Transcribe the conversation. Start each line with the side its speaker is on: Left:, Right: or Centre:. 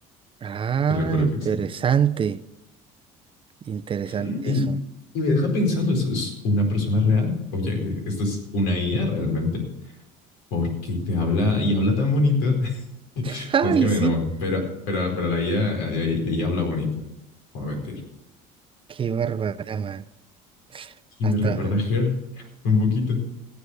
Right: Ah,
Left: <laughs> te lo juro
Right: interesante.
Left: que sí.
Right: Interesante
Left: Mm, Y,
Right: eso.
Left: y me deja pensando, ¿eso es una persona real? Oye, ¿esto es una IA realmente? Porque te habla y habla tan bonito. <laughs>
Right: <laughs> Ay,
Left: no es que me
Right: sí.
Left: enamore, pero, pero, pero la IA, la IA, la IA habla bonito. No voy a mentir.
Right: Qué barbaridad, man.
Left: Y
Right: Hasta
Left: me recuerda a Her un poquito.